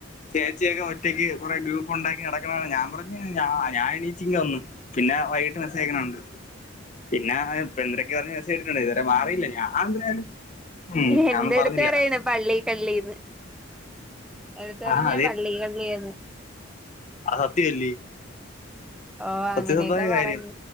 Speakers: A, on the left (about 40°); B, in the centre.
A: ചേച്ചിയൊക്കെ ഒറ്റയ്ക്ക് കുറെ ഗ്രൂപ്പ് ഉണ്ടാക്കി നടക്കണാണ് ഞാൻ പറഞ്ഞ ഞ ഞാൻ എണീച്ചിങ്ങ് വന്ന് പിന്നെ വൈകീട്ട് മെസ്സേജയക്കണകണ്ട് പിന്നെ ഇപ്പ എന്തൊരൊക്ക പറഞ്ഞ മെസ്സേജ് ഇട്ടിട്ടുണ്ട് ഇതുവരെ മാറിയില്ല ഞാൻ എന്തരാണ് ഉം ഞാനൊന്നും
B: എന്റെടുത്ത്
A: പറഞ്ഞില്ല
B: പറയാണ് പള്ളി കള്ളിന്ന് എന്റടുത്തു പറഞ്ഞു
A: ആഹ്
B: പള്ളി കള്ളിന്ന്
A: ആ സത്യമല്ലേ
B: ഓ
A: സത്യസന്ധമായ
B: അങ്ങനെയൊക്കെ
A: കാര്യം
B: പറഞ്ഞു